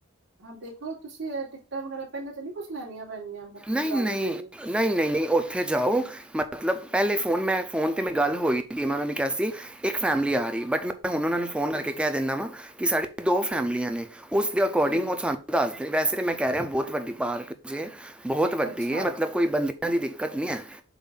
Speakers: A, on the right; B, in the centre.
A: ਹਾਂ, ਦੇਖੋ ਤੁਸੀਂ ਟਿਕਟਾਂ ਵਗੈਰਾ ਪਹਿਲਾ ਤਾਂ ਨ ਕੁਛ ਲੈਣੀਆਂ ਪੈਣੀਆਂ ਬੁਕਿੰਗ
B: ਨਹੀਂ
A: ਕਰਾਣੀ
B: ਨਹੀਂ
A: ਪੈਣੀ।
B: ਨਹੀਂ ਨਹੀਂ ਨਹੀਂ ਉੱਥੇ ਜਾਓ ਮਤਲਬ ਪਹਿਲੇ ਫੋਨ ਮੈਂ ਫੋਨ ਤੇ ਮੈਂ ਗੱਲ ਹੋਈ ਜੀ, ਮੈਂ ਉਹਨਾਂ ਨੇ ਕਿਹਾ ਸੀ ਇੱਕ ਫੈਮਿਲੀ ਆ ਰਹੀ ਬਟ ਮੈਂ ਹੁਣ, ਉਹਨਾਂ ਨੂੰ ਫੋਨ
A: ਹੂੰ,
B: ਕਰਕੇ ਕਹਿ ਦਿੰਦਾ ਵਾਂ। ਕਿ ਸਾਡੀ ਦੋ ਫੈਮਲੀਆਂ
A: ਹੂੰ,
B: ਨੇ ਉਸ ਦੇ ਅਕੋਰਡਿੰਗ
A: ਹੂੰ
B: ਉਹ ਸਾਨੂੰ ਦੱਸ ਵੈਸੇ ਮੈਂ ਕਹਿ, ਰਿਹਾ ਬਹੁਤ ਵੱਡੀ ਪਾਰਕ ਜੇ। ਬਹੁਤ ਵੱਡੀ
A: ਅੱਛਾ,
B: ਹੈ, ਮਤਲਬ ਕੋਈ ਬੰਦੀ ਇਨਾਂ ਦੀ ਦਿੱਕਤ ਨਹੀਂ ਹੈ।